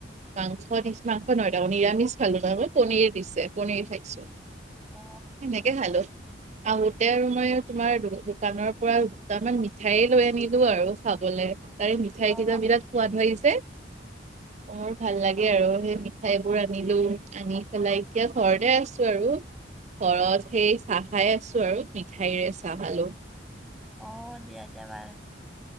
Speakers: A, on the right; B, in the centre.
A: মাংস দিছে, মা আকৌ নহয় দে কনি নিৰামিষ খালো, নহয় মই পনিৰ দিছে। পনিৰ খাইছো
B: অ অ
A: সেনেকে খালো। আহোতে আৰু মই তোমাৰ দো- দোকানৰ পৰা দুটামান মিঠাই লৈ আনিলো আৰু খাবলে। তাৰে মিঠাইকেইটা
B: অ অ
A: বিৰাত সোৱাদ লাগিছে। অ' ভা ল লাগে আৰু। সেই মিঠাইবোৰ আনিলো, আনি পেলাই এতিয়া ঘৰতে আছোঁ আৰু। ঘৰত সেই চাহ খাই আছোঁ আৰু, মিঠাইৰে চাহ খালোঁ।
B: অ' দিয়া - দিয়া ভাল